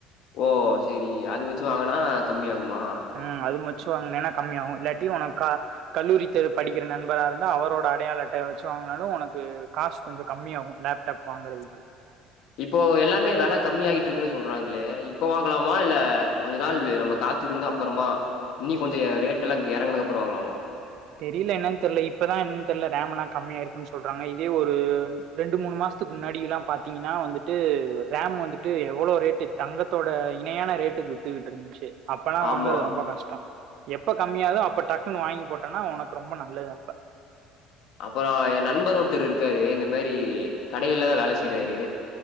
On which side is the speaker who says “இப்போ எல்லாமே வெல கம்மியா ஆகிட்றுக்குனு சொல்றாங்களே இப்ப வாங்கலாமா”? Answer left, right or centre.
Left